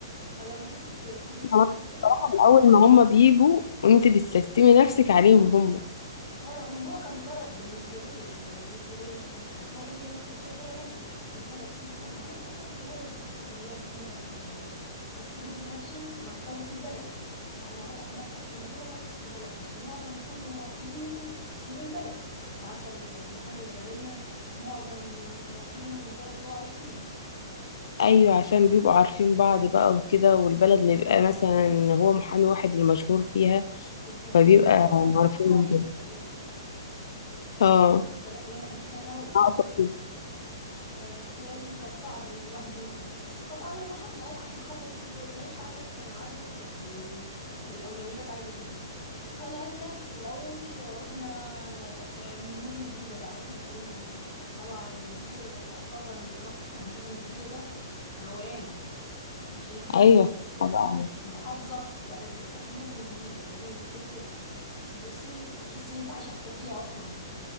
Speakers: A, on the left; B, on the left.
A: فلما جيت كبر
B: كمان
A: شويه
B: الصراحة من أول ما هما بيجوا أنت بتستسلمي نفسك عليهم هما
A: اه رغم ان هو كان ضرر بالنسبه لي يعني انا بالنسبه لي ش- كشغلي انا كنت شغاله هنا في البلد سبتها وانا كده كده كنت ناويه اسيب الشغل يعني عموما عشان العيال بس جوزي نفسه مكتبه في البلد يعني هو فتح مكتب في المدينه ومكتب في البلد بس معظم كل موكلينه من البلد انت عارفه المحامي بيبقى دايما معظم موكلينه من البلد اللي هو عايش فيها
B: أيوة عشان بيبقوا عارفين بعض بقى وكده والبلد ما بيبقى مثلا هو محامي واحد المشهور فيها
A: بالظبط
B: فبيبقى
A: ده هو
B: معروفين
A: كان محامي وحيد
B: من كده
A: كمان
B: اه
A: البلد كلها ما كانش فيها الا هو
B: أقصد كده.
A: فبالتالي كانت صعب ان الواحد ينقل بس طبعا الواحد نقل عشان خاطر العيشة عش- عايزة كده يعني الاولويات عايزة كده فنقلنا الاول رحنا آه، من المدن الجديدة بقى رحنا الفيوم الجديدة فطبعا دي تعتبر اللي يروح المدن الجديدة ده روقان مش انت بتروحي
B: أيوة
A: بس
B: بقى
A: محافظة لا ده انت بتروحي المدن الجديدة المدن الجديدة دي بصي تحسي ان انت عايشة في تركيا اصلا